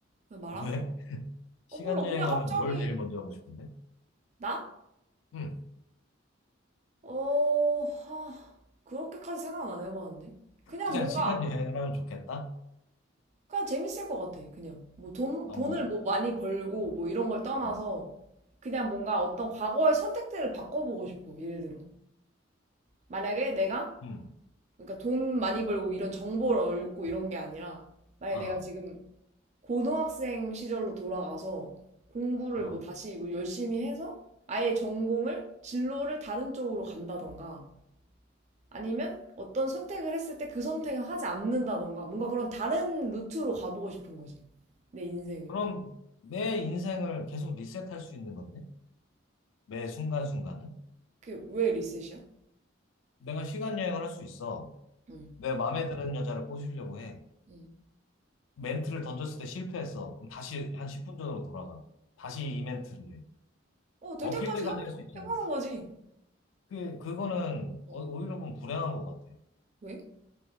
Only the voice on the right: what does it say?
그냥 말한
거야.
어 몰라.
그냥 갑자기
나?
어, 하, 그렇게까지 생각은 안 해봤는데. 그냥
뭔가,
그냥 재밌을 것 같아. 그냥. 뭐 돈,
돈을
뭐 많이 벌고 뭐 이런 걸 떠나서
그냥 뭔가 어떤 과거의 선택들을 바꿔보고 싶어. 예를 들어. 만약에 내가,
그러니까 돈 많이 벌고 이런 정보를 얻고 이런 게 아니라, 만약에
내가 지금 고등학생 시절로 돌아가서 공부를
뭐 다시 뭐 열심히 해서 아예 전공을, 진로를 다른 쪽으로 간다던가, 아니면 어떤 선택을 했을 때 그 선택을 하지 않는다던가 뭔가 그런 다른 루트로 가보고 싶은 거지. 내 인생을.
그게 왜 리셋이야?
응.
응.
어, 될
때까지
해보,
해보는 거지.
어,
왜?